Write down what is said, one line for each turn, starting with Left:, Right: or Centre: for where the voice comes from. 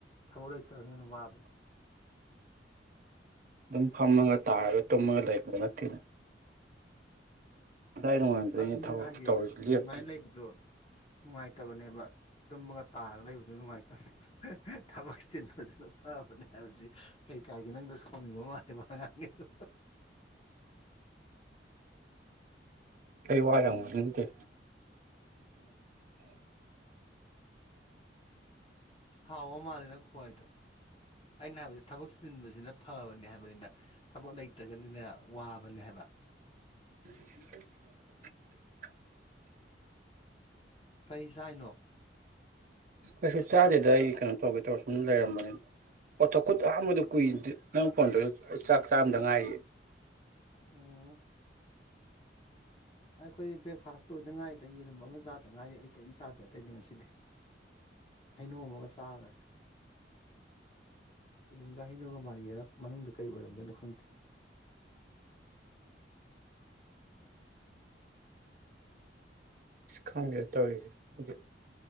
Left: ꯊꯕꯛ ꯂꯩ ꯑꯣꯅ ꯋꯥꯕ ꯂ
Right: ꯑꯗꯨꯝ ꯐꯝꯃꯒ ꯇꯥꯔꯒ ꯇꯨꯝꯃꯒ ꯂꯩꯕ ꯅꯠꯇꯦꯅꯦ ꯉꯁꯥꯏ ꯅꯣꯡꯉꯥꯟꯕꯗꯩꯅꯦ
Left: ꯑꯗꯨꯅꯤ
Right: ꯊꯕꯛ
Left: ꯍꯥꯏꯒꯦ
Right: ꯇꯧꯔꯤꯁꯤ ꯂꯦꯞꯇ꯭ꯔꯤ
Left: ꯑꯗꯨꯃꯥꯏꯅ ꯂꯩꯕꯗꯣ ꯅꯨꯡꯉꯥꯏꯇꯕꯅꯦꯕ ꯇꯨꯝꯃꯒ ꯇꯥꯔꯒ ꯂꯩꯕꯗꯨ ꯅꯨꯡꯉꯥꯏꯇꯕꯅꯦ ꯊꯕꯛꯁꯤꯟ ꯐꯖꯤꯅ ꯐꯥꯕꯅꯦ ꯍꯂꯣꯖꯤ ꯀꯩꯀꯥꯏꯒꯦ ꯅꯪꯗ ꯁꯥꯎꯅꯤꯡꯕ ꯃꯥꯜꯂꯦꯕꯉꯥꯡꯒꯤꯗꯣ
Right: ꯑꯩꯩ ꯋꯥꯏ ꯌꯥꯝ ꯋꯥ ꯅꯤꯡꯇꯦ
Left: ꯁꯥꯎꯕ ꯃꯥꯜꯂꯦꯅ ꯈ꯭ꯋꯥꯏꯗꯣ ꯑꯩꯅ ꯍꯥꯏꯕꯁ ꯊꯕꯛ ꯆꯤꯟꯕꯁꯤꯅ ꯐꯕꯅꯤ ꯍꯥꯏꯕꯅꯤꯅ ꯊꯕꯛ ꯂꯩꯇ꯭ꯔꯒꯅꯤꯅꯦ ꯋꯥꯕꯅꯦ ꯍꯥꯏꯕ
Right: <unintelligible>
Left: ꯀꯔꯤ ꯁ ꯍꯥꯏꯅꯣ
Right: ꯀꯩꯁꯨ ꯆꯥꯗꯦꯗ ꯑꯩ ꯀꯩꯅꯣ ꯇꯧꯒꯦ ꯇꯧꯔ ꯁꯨꯝ ꯂꯩꯔꯝꯕꯅꯤ ꯄꯣꯊꯣ ꯈꯨꯠ ꯑꯍꯥꯟꯕꯗ ꯀꯨꯏꯦ ꯅꯪ ꯐꯣꯟ ꯇꯧ ꯑꯩ ꯆꯥꯛ ꯆꯥꯔꯝꯗ ꯉꯥꯏꯔꯤꯌꯦ
Left: ꯑꯝ ꯑꯩꯈꯣꯏꯗꯤ ꯕ꯭ꯔꯦꯛꯐꯥꯁ ꯂꯣꯏꯗꯅ ꯉꯥꯏꯔꯤꯗ ꯌꯦꯔꯨꯝ ꯑꯃ ꯆꯥꯗ ꯉꯥꯏꯔꯤ ꯑꯩ ꯀꯔꯤꯝ ꯆꯥꯗꯦ ꯑꯇꯩꯗꯤ ꯉꯁꯤꯗꯤ ꯍꯩꯅꯣ ꯑꯃꯒ ꯆꯥꯈ꯭ꯔꯦ ꯌꯦꯔꯨꯝꯒ ꯍꯩꯅꯧꯒ ꯃꯥꯜꯂꯤꯔꯛ ꯃꯅꯨꯡꯗ ꯀꯩ ꯑꯣꯏꯔꯝꯗꯣꯏꯅꯣ ꯈꯪꯗꯦ
Right: ꯏꯁ ꯈꯪꯒꯦ ꯇꯧꯔꯤꯁꯦ ꯍꯥꯏ